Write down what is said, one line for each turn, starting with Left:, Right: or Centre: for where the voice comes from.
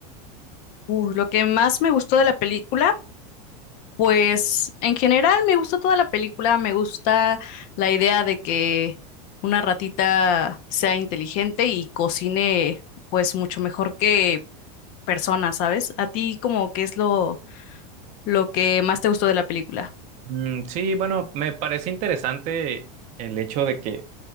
Left: Uh, lo que más me gustó de la película, pues en general me gustó toda la película, me gusta la idea de que una ratita sea inteligente y cocine pues mucho mejor que personas, ¿sabes? ¿A ti como qué es lo lo que más te gustó de la película?
Right: Mm, sí, bueno, me parece interesante el hecho de que